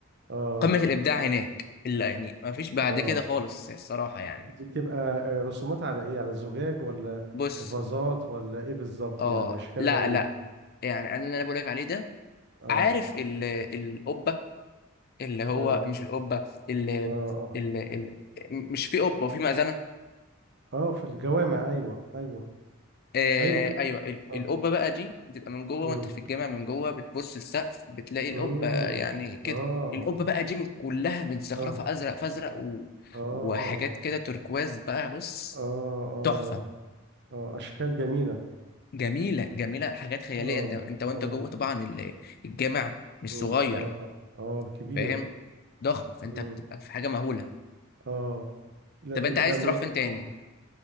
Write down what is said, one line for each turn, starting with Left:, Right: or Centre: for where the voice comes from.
Right: اه
Left: قمه الابداع هناك الا يعني ما فيش بعد
Right: اه
Left: كده خالص الصراحه يعني
Right: دي بتبقى آه، رسومات على ايه على الزجاج ولا
Left: بص
Right: فازات ولا ايه بالظبط
Left: اه
Right: يعني اشكالها
Left: لا
Right: ايه
Left: لا يعني انا اللي انا بقولك عليه ده
Right: اه
Left: عارف ال القبه اللي هو
Right: اه
Left: مش القبه ال
Right: اه اه
Left: ال ال مش في قبه وفي مأذنه
Right: اه آه، في الجوامع ايوه ايوه
Left: آه
Right: ايوه في
Left: ايوه ال-
Right: اه
Left: القبه بقى دي بتبقى من جوه
Right: امم
Left: وانت في الجامع من جوه بتبص السقف بتلاقي القبه
Right: امم
Left: يعني كده
Right: اه
Left: القبه بقى دي من كلها متزخرفه
Right: اه
Left: ازرق فازرق و...
Right: اه
Left: وحاجات كده تturquoise بقى بص
Right: اه اه
Left: تحفه
Right: اه اشكال جميلة
Left: جميله جميله حاجات خياليه
Right: اه
Left: انت انت وانت
Right: اه
Left: جوه طبعا ال- الجامع مش
Right: امم
Left: صغير
Right: اه اه كبير
Left: فاهم ضخم فانت
Right: امم
Left: بتبقى في حاجه مهوله
Right: اه لا
Left: طب
Right: بيبقى
Left: انت عايز
Right: م...
Left: تروح فين تاني
Right: م...